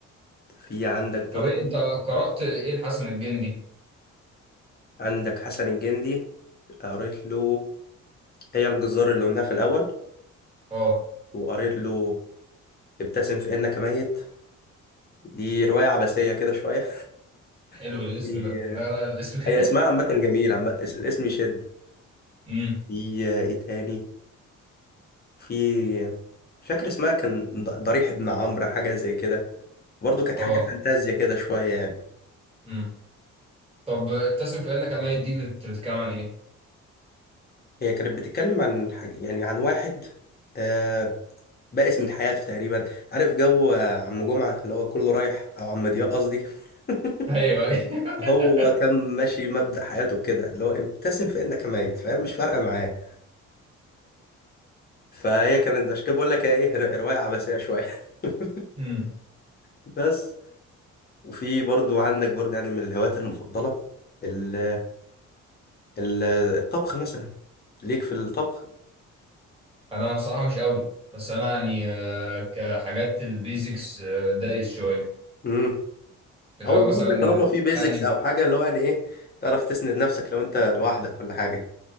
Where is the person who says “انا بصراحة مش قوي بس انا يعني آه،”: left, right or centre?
Right